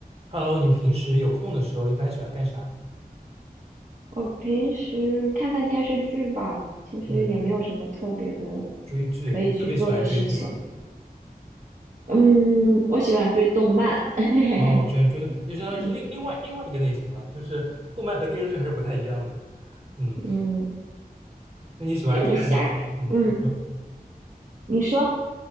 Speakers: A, on the right (about 40°); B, on the right (about 55°).
A: Hello，你平时有空的时候一般喜欢干啥？
B: 我平时看看电视剧吧，其实也没有什么特别的
A: 嗯，追剧，
B: 可以去做的事情。
A: 你特别喜欢追剧吗？
B: 嗯，我喜欢追动漫，<laughs>
A: 哦，居然追的，就相当于是另另外另外一个类型了，
B: 嗯
A: 就是动漫和电视剧还是不太一样的。嗯，
B: 嗯，
A: 那你喜欢看就是嗯，
B: 其实我就瞎看。嗯，
A: 你说，
B: 你说，